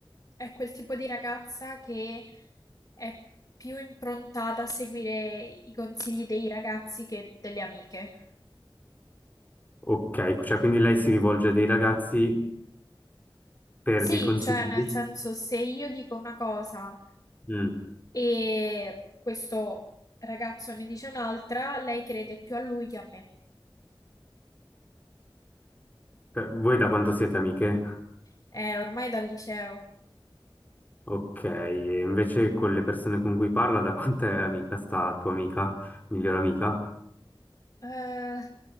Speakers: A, on the left; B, on the left.
A: è quel tipo di ragazza che è più improntata a seguire i consigli dei ragazzi che delle amiche.
B: Ok, cioè, quindi lei si rivolge a dei ragazzi Per
A: Sì,
B: dei consigli?
A: cioè nel senso se io dico una cosa
B: Mm.
A: E questo ragazzo ne dice un'altra, lei crede più a lui che a me.
B: Per- Voi da quanto siete amiche?
A: È ormai dal liceo.
B: Ok, e invece con le persone con cui parla, da quanto è amica sta tua amica, migliore amica?
A: Eh,